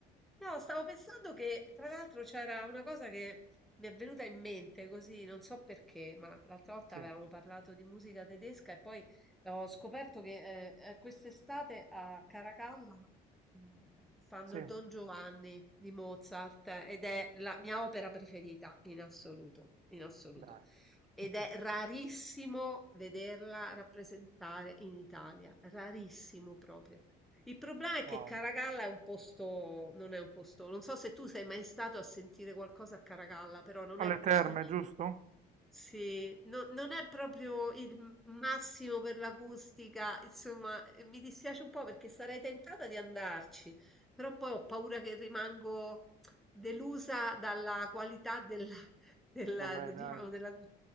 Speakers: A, in the centre; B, on the right.
A: No, stavo pensando che tra l'altro c'era una cosa che mi è venuta in mente così, non so perché, ma l'altra volta
B: Sì,
A: avevamo parlato di musica tedesca e poi ho scoperto che eh, eh, quest'estate a Caracalla eh, fanno
B: sì,
A: il Don Giovanni di Mozart eh, ed è la mia opera preferita in assoluto, in assoluto.
B: dai.
A: Ed
B: <laughs>
A: è rarissimo vederla rappresentare in Italia, rarissimo proprio. Il problema è che
B: Wow.
A: Caracalla è un posto, non è un posto, non so se tu sei mai stato a sentire qualcosa a Caracalla, però non
B: Alle
A: è il posto
B: terme,
A: lì.
B: giusto?
A: Sì, no- non è proprio il m- massimo per l'acustica, insomma, eh, mi dispiace un po' perché sarei tentata di andarci, però poi ho paura che rimango delusa dalla qualità della, <laughs> della,
B: Vabbè,
A: de-
B: dai.
A: diciamo, della vita.